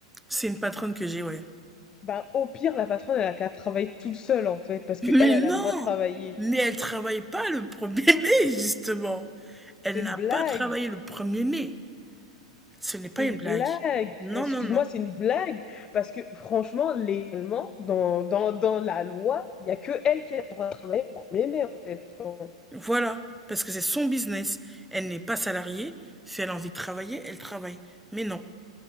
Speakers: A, in the centre; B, on the left.
A: c'est une patronne que j'ai, ouais.
B: Bah, au pire, la patronne, elle a qu'à travailler toute seule, en fait, parce
A: Mais
B: que elle, elle
A: non!
B: a le droit de travailler.
A: Mais elle travaille pas le premier <laughs> mai, justement. Elle
B: C'est une
A: n'a
B: blague.
A: pas travaillé le premier mai. Ce n'est pas
B: C'est une
A: une blague.
B: blague.
A: Non,
B: Excuse-moi,
A: non, non.
B: c'est une blague. Parce que franchement, légalement, dans, dans, dans la loi, il n'y a que elle qui a le droit de travailler au 1er mai, en fait. Enfin, bon,
A: Voilà. Parce que c'est son business. Elle n'est pas salariée. Si elle a envie de travailler, elle travaille. Mais non.